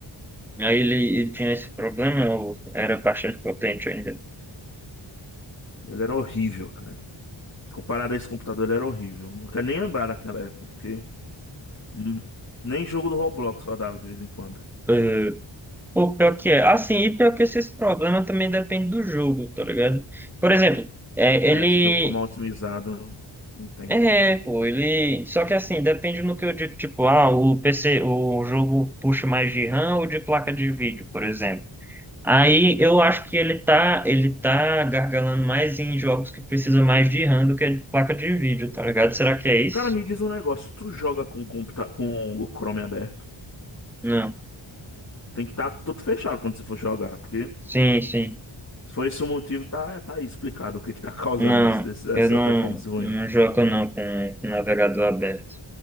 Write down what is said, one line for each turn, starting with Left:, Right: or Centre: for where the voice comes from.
Centre: Aí ele, ele tinha esse problema, eu era bastante potente ainda.
Left: Ele era horrível, cara. Comparado a esse computador, ele era horrível. Não quero nem lembrar daquela época, porque hum, nem jogo do Roblox só dava de vez em quando.
Centre: Eh, pô, pior que é. Assim, e pior que esse problema também depende do jogo, tá ligado? Por exemplo, é,
Left: É,
Centre: ele.
Left: se o jogo for mal otimizado, não não tem.
Centre: É, pô, ele. Só que assim, depende no que eu digo, tipo, ah, o PC, o jogo puxa mais de RAM ou de placa de vídeo, por exemplo. Aí eu acho que ele tá, ele tá gargalando mais em jogos que precisam mais de RAM do que de placa de vídeo, tá ligado? Será que é isso?
Left: Cara, me diz um negócio. Tu joga com, computa com o Chrome aberto?
Centre: Não.
Left: Tem que estar tudo fechado quando você for jogar, porque
Centre: Sim, sim.
Left: se for esse o motivo, tá, tá aí explicado o que que tá <laughs> causando
Centre: Não,
Left: esse- essa
Centre: eu não,
Left: performance ruim.
Centre: eu não jogo não com o navegador aberto.